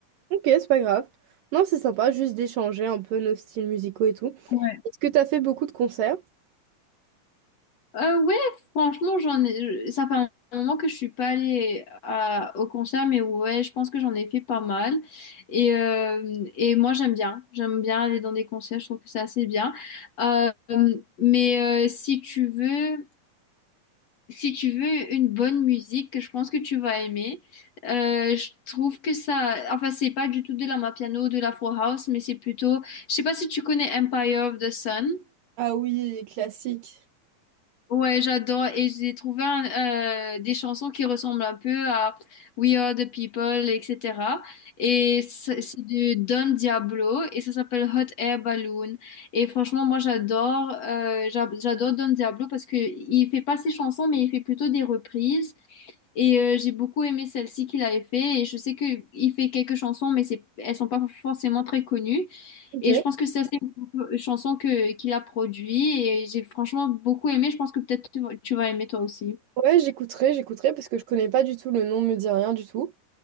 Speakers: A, on the right; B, on the left.
A: Ok, c'est pas grave. Non, c'est sympa, juste d'échanger un peu nos styles musicaux et tout.
B: Ouais.
A: Est-ce que t'as fait beaucoup de concerts?
B: Euh, ouais, franchement, j'en ai... je- ça fait un moment que je suis pas allée à- au concert, mais ouais, je pense que j'en ai fait pas mal. Et, euh, et moi, j'aime bien. J'aime bien aller dans des concerts, je trouve que c'est assez bien. Euh, mais euh, si tu veux. si tu veux une bonne musique que je pense que tu vas aimer, euh, je trouve que ça, enfin c'est pas du tout de la Mapiano, de la Four House, mais c'est plutôt, je sais pas si tu connais Empire of the Sun.
A: Ah oui, classique.
B: Ouais, j'adore et j'ai trouvé un- euh, des chansons qui ressemblent un peu à We Are the People, etc. Et c'est c'est de Don Diablo et ça s'appelle Hot Air Balloon. Et franchement, moi j'adore, euh, j'a- j'adore Don Diablo parce que il fait pas ses chansons, mais il fait plutôt des reprises. Et euh, j'ai beaucoup aimé celle-ci qu'il avait fait. Et je sais qu'il fait quelques chansons, mais c'est, elles sont pas forcément très connues.
A: Ok.
B: Et je pense que ça, c'est une chanson que, qu'il a produit. Et j'ai franchement beaucoup aimé. Je pense que peut-être tu, vas tu vas aimer toi aussi.
A: Ouais, j'écouterai, j'écouterai parce que je connais pas du tout le nom, me dit rien du tout.